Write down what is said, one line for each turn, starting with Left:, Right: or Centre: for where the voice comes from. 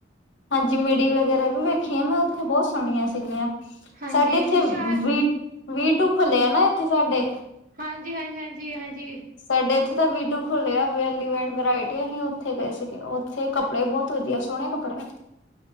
Left: ਹਾਂਜੀ, ਮਿਡੀ ਵਗੈਰਾ ਵੀ ਵੇਖੀਆਂ ਮੈਂ ਓਥੇ ਬੋਤ ਸੋਣੀਆਂ ਸੀਗੀਆਂ।
Right: ਹਾਂਜੀ
Left: ਸਾਡੇ ਇੱਥੇ
Right: ਵਿਸ਼ਾਲ
Left: ਵੀ ਵੀਟੂ ਖੁੱਲੇਆ ਨਾ ਇੱਥੇ ਸਾਡੇ।
Right: ਹਾਂਜੀ-ਹਾਂਜੀ, ਹਾਂਜੀ-ਹਾਂਜੀ।
Left: ਸਾਡੇ ਇੱਥੇ ਤਾਂ ਵੀ ਟੂ ਖੁੱਲੇਆ <unintelligible> ਵਰਾਏਟੀ ਅਹੀਂ ਓਥੇ ਗਏ ਸੀਗੇ ਓਥੇ ਕਪ ੜੇ ਬੋਤ ਵਦੀਆ ਸੋਨੇ ਕੱਪੜੇ।